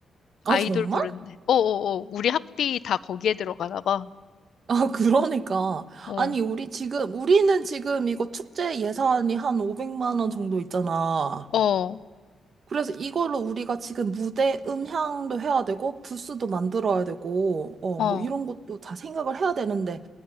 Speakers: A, on the right; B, on the left.
A: 아,
B: 아이돌
A: 정말?
B: 부르는데. 어어어. 우리 학비 다 거기에 들어가나 봐.
A: 아, 그러니까.
B: 어.
A: 아니, 우리 지금, 우리는 지금 이거 축제 예산이 한 500만 원 정도 있잖아.
B: 어,
A: 그래서 이걸로 우리가 지금 무대 음향도 해야 되고, 부스도 만들어야 되고, 어,
B: 어,
A: 뭐 이런 것도 다 생각을 해야 되는데,